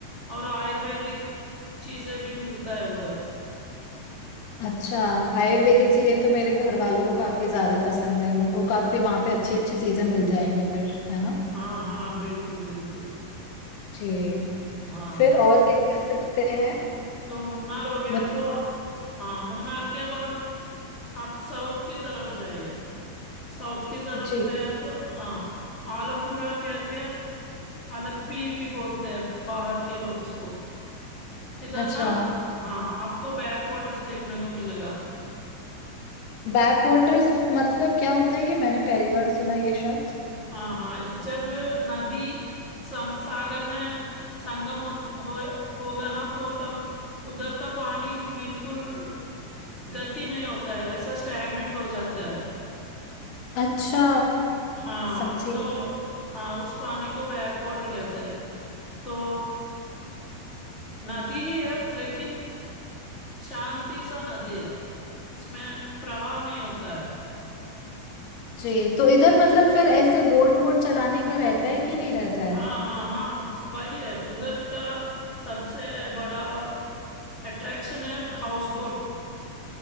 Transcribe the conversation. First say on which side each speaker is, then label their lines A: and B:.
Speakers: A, on the left; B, on the left.
A: और आयुर्वेदिक चीजें भी मिलता है उधर
B: अच्छा आयुर्वेदिक चीजें तो मेरे घर वालों को काफी ज्यादा पसंद है उनको काफी वहां पे अच्छी अच्छी चीजें मिल जाएंगी फिर है ना
A: हाँ हाँ बिल्कुल बिल्कुल
B: जी
A: हाँ
B: फिर और क्या कह सकते हैं
A: तो मूनार हो गया
B: मतलब
A: तो आप- हाँ मूनार के बाद आप साउथ की तरफ जाइए साउथ की तरफ
B: जी
A: गया तो हाँ आलपुरा कह के आलप्पी भी बोलते हैं बाहर के लोग इसको इधर
B: अच्छा
A: ना हाँ आपको बैक वाटर्स देखने को मिलेगा
B: बैक वाटर्स मतलब क्या होता है ये मैंने पहली बार सुना ये शब्द
A: हाँ हाँ जब नदी सम, सागर में संगम हो, हो, होगा ना तो तब उधर का पानी बिल्कुल गति नहीं होता है ऐसा स्टैग्नेंट हो जाता है
B: अच्छा
A: हाँ
B: समझी
A: तो हाँ उस पानी को बैक वाटर कहते हैं तो नदी ही है लेकिन शांति सा नदी है उसमें प्रवाह नहीं होता है
B: जी तो इधर मतलब फिर ऐसे बोट वोट चलाने का रहता है कि नहीं रहता
A: हाँ
B: है
A: हाँ हाँ वही है उधर का सबसे बड़ा अट्रैक्शन है हाउस बोट